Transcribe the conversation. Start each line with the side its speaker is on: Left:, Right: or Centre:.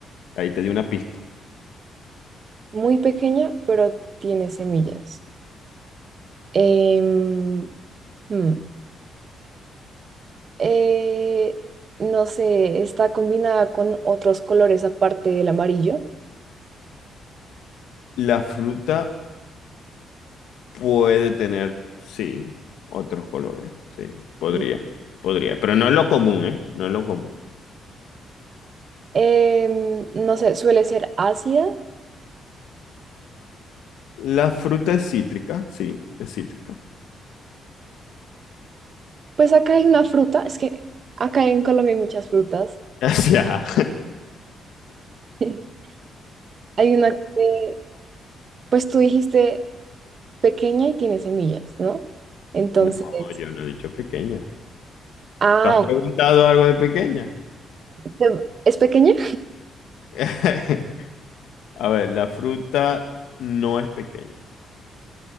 Left: Ahí te di una pista.
Right: muy pequeña, pero tiene semillas. Em, hmm, eh, no sé, está combinada con otros colores aparte del amarillo.
Left: La fruta puede tener, sí, otros colores. Sí, podría,
Right: Di-
Left: podría. Pero no es lo común, ¿eh? No es lo común.
Right: Em, no sé, suele ser ácida.
Left: La fruta es cítrica, sí, es cítrica.
Right: Pues acá hay una fruta, es que acá en Colombia hay muchas frutas.
Left: <laughs> Ya.
Right: <laughs> Hay una que, pues tú dijiste pequeña y tiene semillas, ¿no? Entonces,
Left: No, yo no he dicho pequeña.
Right: ah,
Left: ¿Tú has preguntado
Right: ok.
Left: algo de pequeña?
Right: Te- ¿es pequeña?
Left: <laughs> A ver, la fruta no es pequeña.